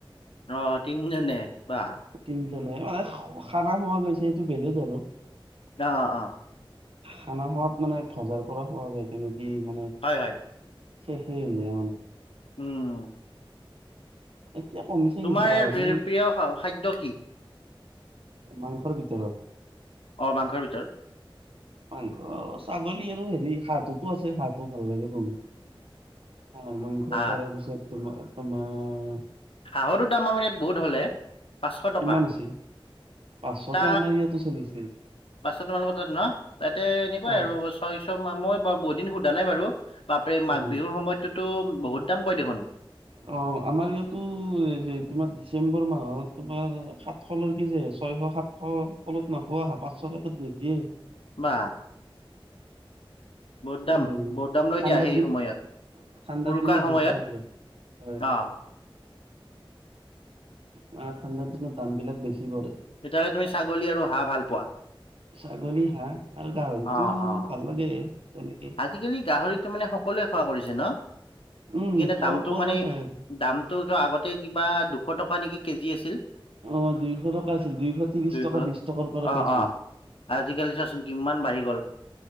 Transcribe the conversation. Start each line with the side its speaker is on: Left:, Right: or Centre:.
Left: অ তিনিজনে বাহঃ।
Right: তিনিজনে মানে খানা হোৱা গৈছে সেইটো বেলেগ আৰু।
Left: অ অ অ।
Right: খানা খোৱাত মানে ভাজাৰ পৰা খোৱা যায় তেনেকেই মানে -
Left: হয় হয়।
Right: শেষেই হৈ যায় মানে।
Left: উম' উম।
Right: এতিয়া কমিছে।
Left: তোমাৰ
Right: কিন্তু গাহৰি
Left: প্ৰিয় খাদ্য কি?
Right: মাংসৰ ভিতৰত।
Left: অ মাংসৰ ভিতৰত।
Right: মাংস ছাগলী আৰু হেৰি হাঁহতো আছে হাঁহটো ভাল লাগে। উম হাঁহ মাংখ
Left: হা
Right: তাৰে পিছত তোমাৰ তোমাৰ।
Left: হাঁহৰ দাম আমাৰ ইয়াত বহুত হ'লে পাঁচশ টকা।
Right: কিমান হৈছে পাঁচশতো
Left: এটা
Right: আমাৰ ইয়াতো চলিছে।
Left: পাঁচশ তোমালোকৰ তাত ন তাতে এনেকুৱাই
Right: অ
Left: আৰু ছয়শ মই ব বহুত দিন সোধা নাই বাৰু। বাপৰে মাঘ
Right: অ
Left: বিহুৰ সময়তটোতো বহুত দাম কয় দেখোন।
Right: অ আমাৰ ইয়াতো তোমাৰ ডিচেম্বৰ মাহত তোমাৰ সাত- শলৈ কি যে ছয়শ সাতশ তলত নোপোৱা পাঁচশ টকাত নিদিয়ে।
Left: বা। বহুত দাম
Right: উম
Left: বহুত দাম লৈ
Right: ঠাণ্ডাৰ
Left: দিয়া সেই
Right: দিন
Left: সময়ত।
Right: ঠাণ্ডাৰ
Left: উৰুকাৰ
Right: দিনত
Left: সময়ত
Right: বেছি দাম লয় হয়
Left: আহ।
Right: হাঁহ ঠাণ্ডাৰ দিনত দাম বিলাক বেছি পৰে।
Left: তেতিয়া হ'লে তুমি ছাগলী আৰু হাঁহ ভাল পোৱা।
Right: ছাগলী হাঁহ আৰু গাহৰিতো
Left: অ', অ'।
Right: ভাল লাগে তেনেকে।
Left: আজিকালি গাহৰিটো মানে সকলোৱে খোৱা কৰিছে ন
Right: উম
Left: সেইকাৰণে
Right: সকলো
Left: দামটো মানে-
Right: খাই
Left: দামটো আগতে কিবা দুশ টকা নেকি কেজি আছিল।
Right: অ দুইশ টকা আছিল দুইশ ত্ৰিশ
Left: দুইশ
Right: টকা বিশ টকাৰ পৰা
Left: অ',
Right: পাইছো।
Left: অ'। আজিকালি চাচোন কিমান বাঢ়ি গ'ল।